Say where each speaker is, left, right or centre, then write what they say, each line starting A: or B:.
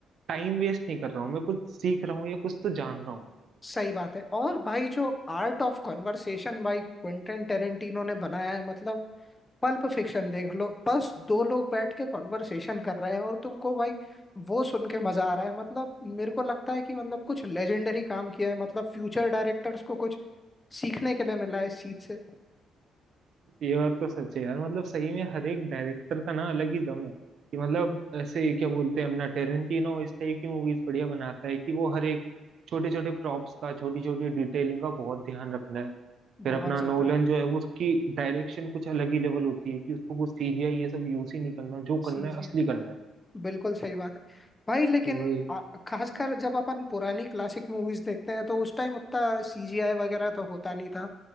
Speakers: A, on the right; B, on the left.
A: टाइम वेस्ट नहीं कर रहा हूँ मैं कुछ सीख रहा हूँ या कुछ तो जान रहा हूँ
B: सही बात है और भाई जो आर्ट ऑफ कॉन्वर्सेशन भाई क्विंटन टेरेंटिनो ने बनाया है मतलब पल्प फिक्शन देख लो बस दो लोग बैठ के कॉन्वर्सेशन कर रहे हैं और तुमको भाई वो सुन के मजा आ रहा है मतलब मेरे को लगता है कि मतलब कुछ लेजेंडरी काम किया है मतलब फ्यूचर डायरेक्टर्स को कुछ सीखने के लिए मिला है इस चीज से
A: ये बात तो सच है यार मतलब सही में हर एक डायरेक्टर का ना अलग ही दम है कि मतलब ऐसे क्या बोलते हैं अपना टेरेंटिनो इस टाइप की मूवीज बढ़िया बनाता है कि वो हर एक छोटे छोटे प्रॉप्स का छोटी छोटी डिटेलिंग का बहुत ध्यान रखना है फिर
B: बहुत
A: अपना
B: ज्यादा
A: नोलन जो है वो उसकी डायरेक्शन कुछ अलग ही लेवल होती है कि उसको कुछ सीजीआई ये सब यूज ही नहीं करना जो
B: चीज
A: करना है असली
B: है
A: करना है
B: बिल्कुल सही बात है भाई लेकिन
A: वही
B: आ- खासकर जब अपन पुरानी क्लासिक मूवीज देखते हैं तो उस टाइम उतना सीजीआई वगैरह तो होता नहीं था